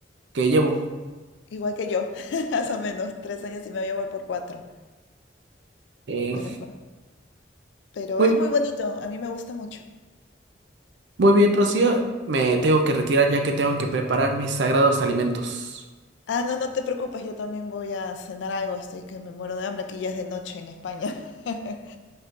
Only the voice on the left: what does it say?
Igual que yo, <laughs> más o menos, tres años y medio ya voy por cuatro.
Ya voy por... Pero
es muy bonito, a mí me gusta mucho.
Ah, no, no te preocupes, yo también voy a cenar algo, estoy que me muero de hambre, aquí ya es de noche en España. <laughs>